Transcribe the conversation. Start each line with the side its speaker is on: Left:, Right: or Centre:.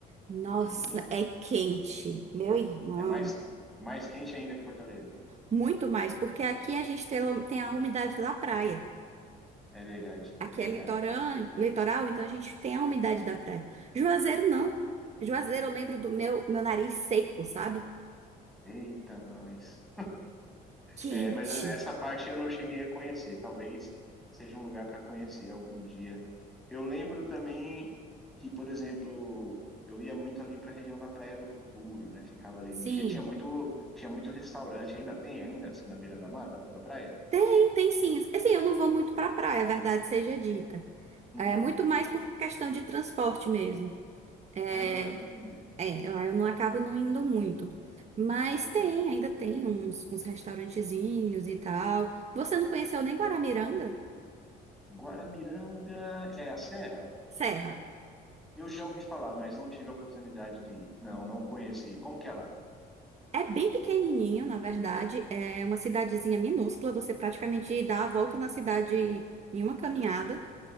Right: Nossa,
Centre: Sim.
Right: é quente, meu irmão.
Centre: É mais mais quente ainda que Fortaleza.
Right: Muito mais, porque aqui a gente tem a tem a umidade da praia.
Centre: É verdade,
Right: Aqui
Centre: é verdade.
Right: é litorã- litoral, então a gente tem a umidade da praia. Juazeiro não. Juazeiro, eu lembro do meu, meu nariz seco, sabe?
Centre: Eita, nós.
Right: Quente.
Centre: É, mas essa parte eu não cheguei a conhecer. Talvez seja um lugar para conhecer algum dia. Eu lembro também que, por exemplo, eu ia muito ali para a região da Praia do Futuro, né? Ficava ali
Right: Sim,
Centre: de dia. Tinha muito, tinha muito restaurante. Ainda tem, ainda assim, na beira da, mar, da, da praia?
Right: tem, tem sim. Assim, eu não vou muito pra praia, a verdade seja dita.
Centre: Uhum.
Right: É muito mais por questão de transporte mesmo. É,
Centre: Ah, entendi.
Right: é, eu eu não acabo não indo muito. Mas
Centre: Ok.
Right: tem, ainda tem uns, uns restaurantezinhos e tal. Você não conheceu nem Guaramiranga?
Centre: Guaramiranga é a serra?
Right: Serra.
Centre: Eu já ouvi falar, mas não tive a oportunidade de ir. Não, não conheci. Como que é lá?
Right: É bem pequenininho, na verdade. É uma cidadezinha minúscula. Você praticamente dá a volta na cidade em uma caminhada.